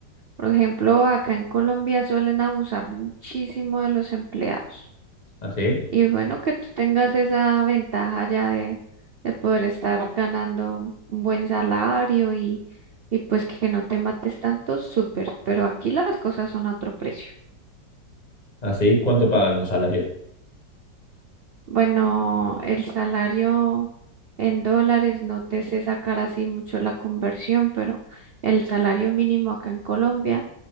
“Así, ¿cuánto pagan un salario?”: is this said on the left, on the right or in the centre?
Left